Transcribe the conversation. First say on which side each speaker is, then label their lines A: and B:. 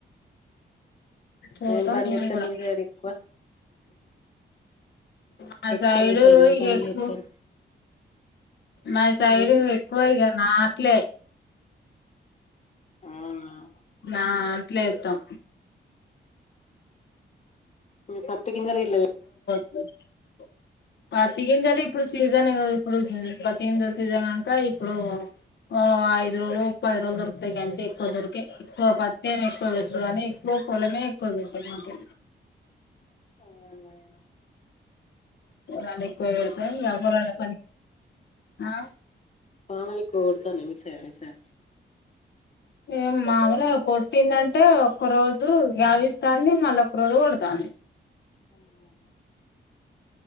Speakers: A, on the left (about 65°); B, on the left (about 35°).
A: పోతాం
B: ఏ పని
A: మేము
B: చేస్తారు
A: కూడా
B: మీ సైడ్ ఎక్కువ.
A: మా
B: ఎక్కువ
A: సైడ్
B: మీ ఏం పనులు
A: ఎక్కువ
B: చెప్తారు
A: మా సైడ్
B: ఉమ్
A: ఎక్కువ ఇగ నాట్లే
B: అవునా
A: నాట్లు ఏత్తం.
B: మ్ పత్తి గింజలు గిట్ల
A: బ <inaudible> పత్తి గింజలు ఇప్పుడు సీజన్ ఇప్పుడు పత్తి గింజలు సీజన్ అంతా ఇప్పుడు ఓ ఐదు రోజులు పది రోజులు దొరుకుతాయి గంతే ఎక్కువ పత్తేమ్ ఎక్కువ పెట్టరు కానీ ఎక్కువ పొలమే ఎక్కువ పెడుతారు మాకు.
B: అవునా
A: పొలాలు ఎక్కువ పెడుతారు వ్యాపారాలు పని ఆ
B: పామై ఎక్కువ కోడుతానయా మీ సైడ్ ఈ సారి
A: ఏం మామూలే కొట్టిందంటే ఒక్క రోజు గ్యాప్ ఇస్తాంది మళ్ళా. రోజూ కొడతాంది.
B: అవునా